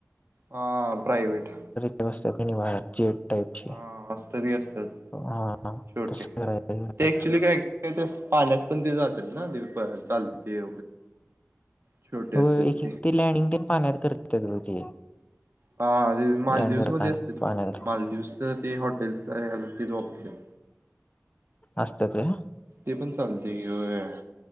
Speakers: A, on the right; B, on the left.
A: हा प्रावेट
B: ते बसतात की नाही जेट टाईपची
A: हा असतात की असतात
B: हा हा
A: छोटे
B: तसं करायला पाहिजे काहीतरी
A: ऍक्च्युली काय काय ते ते पाण्यात पण ते जात्यात ना ते चाल ते छोटे असतात
B: होय एक एक ते लॅडिंग ते पाण्यात करतात ते
A: हा मालदीवस
B: लँड करताना
A: मध्ये असतात
B: पाण्यात
A: किती मालदीव तर ते हॉटेल्स तेच वापरतात
B: असत्यात काय
A: ते पण चालतय की व्हय